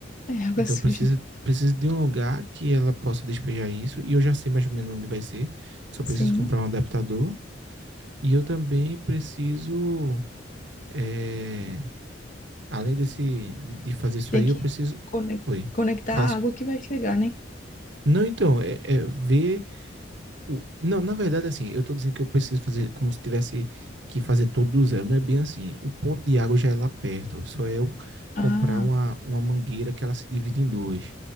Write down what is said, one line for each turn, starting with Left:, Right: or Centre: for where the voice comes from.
Left: é <laughs> água
Right: Então
Left: suja.
Right: precisa, precisa de um lugar que ela possa despejar isso. E eu já sei mais ou menos onde vai ser. Só
Left: Sim.
Right: preciso comprar um adaptador. E eu também preciso. é, além desse, de, de fazer isso
Left: Tem
Right: aí,
Left: que
Right: eu preciso.
Left: cone-
Right: Oi.
Left: conectar
Right: Faço...
Left: a água que vai chegar, né?
Right: Não, então, é, é ver o- Não, na verdade, assim, eu tô dizendo que eu preciso fazer como se tivesse que fazer tudo do zero. Não é bem assim. O ponto de água já é lá perto. Só é eu
Left: Ah,
Right: comprar uma, uma mangueira que ela se divide em duas.